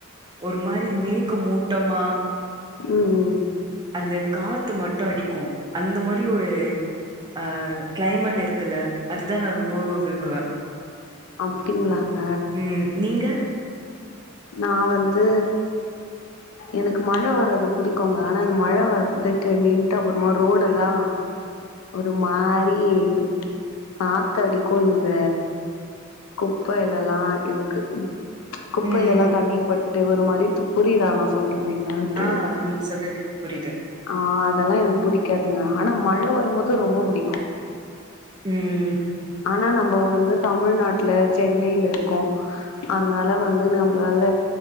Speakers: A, on the right (about 20°); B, on the left (about 75°).
A: ஒரு மாரி மேக்க மூட்டமா
B: ம் ம்
A: அந்த காத்து மட்டு அடிக்கும் அந்த மாரி ஒரு ஆ கிளைமேட் இருக்குல்ல அதுதா நா ரொம்பவோ விரும்புவ
B: அப்டிங்ளாங்க
A: ம் நீங்க
B: நா வந்து எனக்கு மழ‌ வர்றது புடிக்கோங்க ஆனா மழ வந்துட்டு நின்ட்டு அப்பறமா ரோடெல்லா ஒரு மாரி ம் நாத்தடிக்குங்க குப்பையிலல்லா இதுக்கு குப்பையிலல்லா
A: ம்
B: தண்ணி பட்டு ஒரு மாரி துப் புரியுதா நா சொல்றது என்னான்ட்டு
A: ஆ நீங்க சொல்றது எனக்கு புரியுது
B: ஆ அதெல்லா எனக் புடிக்காதுங்க ஆனா மழ வரும்போது ரொம்ப புடிக்கும்
A: ம் ம்
B: ஆனா நம்ப வந்து தமிழ்நாட்ல சென்னைல இருக்கோ அதனால வந்து நம்ப்ளால